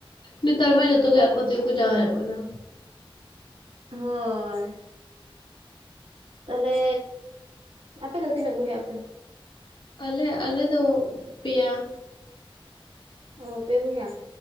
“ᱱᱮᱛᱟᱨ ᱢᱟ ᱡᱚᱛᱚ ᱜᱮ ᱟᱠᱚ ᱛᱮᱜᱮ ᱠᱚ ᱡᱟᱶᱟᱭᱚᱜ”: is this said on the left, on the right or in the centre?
Left